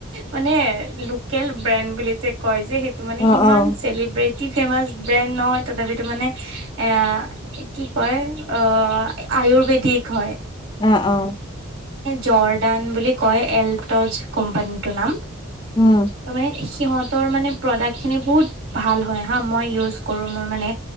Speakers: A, on the right; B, on the left.
A: মানে লোকেল ব্ৰেণ্ড বুলি যে কয় যে, সেইটো মানে
B: অ',
A: ইমান
B: অ',
A: চেলিব্ৰেট তি ফেমাচ ব্ৰেণ্ড নহয়, তথাপিতো মানে। কি কয় আয়ুৰ্বেদিক হয়।
B: অ', অ'।
A: জৰ্দান বুলি কয়। এলটজ কোম্পানীটোৰ নাম।
B: উম,
A: ত' মানে সিহঁত তৰ মানে প্ৰডাক্টখিনি বহুত ভাল হয় হা! মই ইউজ কৰোঁ মোৰ মানে